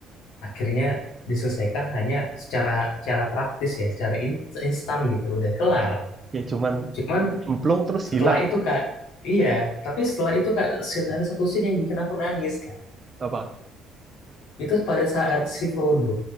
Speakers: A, on the left (about 75°); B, on the right (about 35°).
A: akhirnya diselesaikan hanya secara secara praktis ya, secara in- instan gitu, udah kelar.
B: Ya cuman
A: Cuman
B: cemplung terus
A: setelah
B: hilang
A: itu Kak, iya, tapi setelah itu Kak, scene, ada satu scene yang bikin aku nangis Kak.
B: apa?
A: Itu pada saat si Frodo